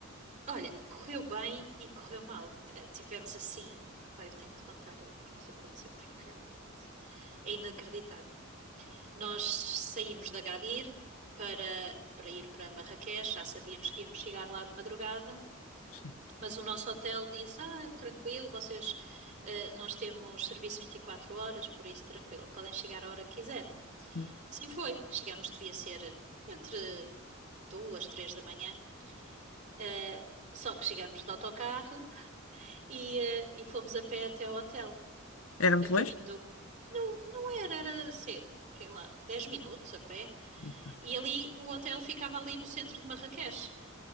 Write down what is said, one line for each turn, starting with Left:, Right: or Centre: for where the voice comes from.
Right: Olha, correu bem e correu mal. Eh, Tivemos assim. Opa, eu tenho de contar o que nos aconteceu, porque realmente é inacreditável. Nós saímos de Agadir para, para ir para Marrakech, já sabíamos que íamos chegar lá de madrugada,
Left: Sim.
Right: mas o nosso hotel disse: Ah, tranquilo, vocês, eh, nós temos serviço 24 horas, por isso tranquilo, podem chegar a hora que quiserem.
Left: Hum.
Right: Assim foi. Chegámos, devia ser eh, entre duas, três da manhã. Eh, só que chegámos de autocarro e, eh, e fomos a pé até ao hotel.
Left: Era muito
Right: A caminho
Left: longe?
Right: do. Não, não era, era, sei, sei lá, 10 minutos a pé.
Left: Ok.
Right: E ali o hotel ficava ali no centro de Marrakech.